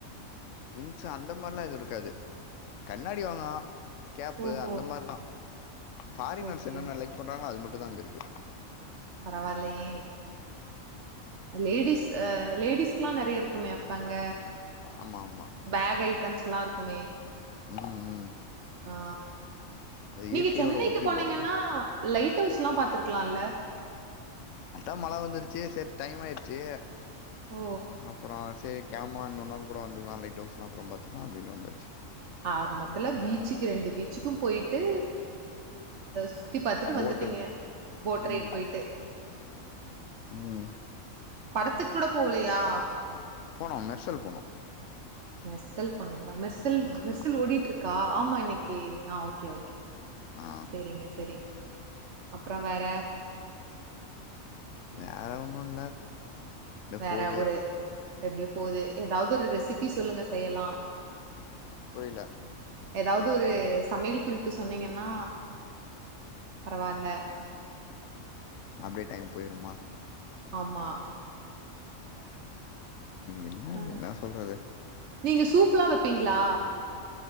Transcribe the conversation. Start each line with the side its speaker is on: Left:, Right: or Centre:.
Left: திங்ஸ் அந்த மார்லா எதுவுருக்காது கண்ணாடி வாங்கலா க்கேப்பு
Right: ஓஹோ
Left: அந்த மாதிரிதா ஃப்பாரினர்ஸ்
Right: ஓகே
Left: என்னன்ன லைக் பண்றாங்களோ அது மட்டு தா அங்க இருக்கு
Right: பரவால்லயே லேடிஸ் அ லேடிஸ்க்கெல்லா நெறைய இருக்குமே அப்ப அங்க
Left: ஆம்மாம்மா
Right: பேக் ஐட்டம்ஸ்ல்லா இருக்குமே
Left: ம் ம்
Right: ஆ
Left: அது
Right: நீங்க
Left: இயற்கையோட
Right: சென்னைக்கு
Left: ஒற்றி
Right: போனீங்கன்னா
Left: போனது
Right: லைட்ஹவுஸ்ல்லா பாத்துருக்கால்ல
Left: அதா மழ வந்துருச்சு சரி டைம் ஆயிருச்சு
Right: ஓ!
Left: அப்றோ சேரி கெலம்லா இன்னொரு நாள் கூட வந்துக்குலா லைட் ஹவுஸ்லா அப்றோ பாத்துக்குலா அப்டின்னு வந்தாச்சு
Right: ஆக மத்தல பீச்சுக்கு ரெண்டு பீச்சுக்கு போயிட்டு சுத்தி பாத்துட்டு வந்துட்டீங்க
Left: போட்டு
Right: போட்ரைட்
Left: ம்
Right: போயிட்டு
Left: ம்
Right: படத்துக் கூட போவுலயா
Left: போனோ மெர்சல் போனோ
Right: மெர்சல் போன்னீங்ளா மெர்சல்
Left: ம்
Right: மெர்சல் ஓடிட்டு இருக்கா ஆமா இன்னக்கி ஆ ஓகே ஓகே
Left: ஆ
Right: செரிங்க செரிங்க அப்றோ வேற
Left: வேற ஒண்ணு இல்ல இப்டியே
Right: வேற
Left: போது
Right: ஒரு எப்டியோ போது எதாவுது ஒரு ரெசிபி சொல்லுங்க செய்யலா
Left: புரில
Right: எதாவுது ஒரு சமையல் குறிப்பு சொன்னீங்கன்னா பரவால்ல
Left: அப்டே டைம் போய்டுமா
Right: ஆமா
Left: என்னாது
Right: அ
Left: என்ன சொல்றது
Right: நீங்க சூப்ல்லா வைப்பீங்ளா